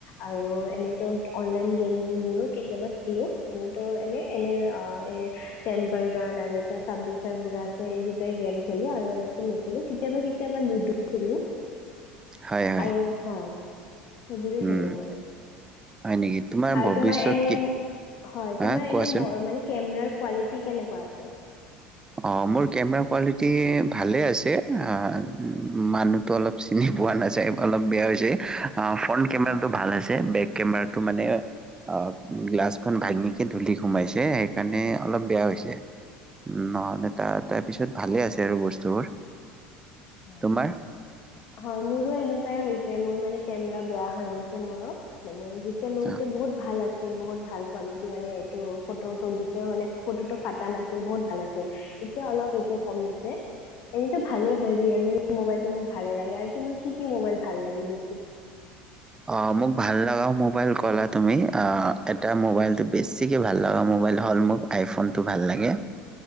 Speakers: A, on the left; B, on the right.
A: আৰু এনেতো অনলাইন গেম বোৰো কেতিয়াবা খেলো এনে এনে এনে এ টেম্পল ৰান আৰু এটা চাব্বিচ বু আছে এই দুটাই গেম খেলো আৰু এনে নেখেলো কেতিয়াবা কেতিয়াবা লুডু খেলোঁ।
B: হয় হয়
A: আৰু হয় সেইবোৰে
B: হয়
A: খেলো মই
B: হয় নেকি?
A: আৰু
B: ভৱিষ্যত
A: তোমাৰ এনে
B: কি
A: হয়
B: হা
A: তোমাৰ
B: কোৱাচোন?
A: এনে মানে কেমেৰাৰ। কোৱালিটি কেনেকুৱা আছে।
B: অ মোৰ কেমেৰা কোৱালিটি ভালে আছে আহ মানুহতো অলপ চিনি পোৱা নাযায় অলপ বেয়া হৈছে অ ফ্ৰণ্ট
A: হয়
B: কেমেৰাটো ভাল আছে বেক কেমেৰাটো মানে অ গ্লাছখন ভাঙিকে ধূলি সোমাইছে সেইকাৰণে অলপ বেয়া হৈছে। নহ'লে তাৰ তাৰ পিছত ভালে আছে আৰু বস্তুবোৰ।
A: হয়
B: তোমাৰ?
A: হয় মোৰো এনেকুৱাই হৈছে। যে মোৰ মানে কেমেৰা বেয়া হৈ গৈছে মোৰো মানে। এতিয়া লগতে
B: অ
A: বহুত ভাল আছে বহুত ভাল কোৱালিটি মানে এইটো ফটো ফাতা নাছিল বহত ভাল আছিল এতিয়া অলপটো এইটো কমিছে এনেতো কমিছে। হয় ৰিয়েল মি মোবাইল। মোক ভালে লাগে আৰু তোমাৰ কি কি মোবাইল ভাল লাগে বেছিকে।
B: অ মোক ভাল লগা মোবাইল ক'লা তুমি এটা মোবাইলটো বেছিকৈ ভাল লগা মোবাইল হ'ল মোক আইফোনটো ভাল লাগে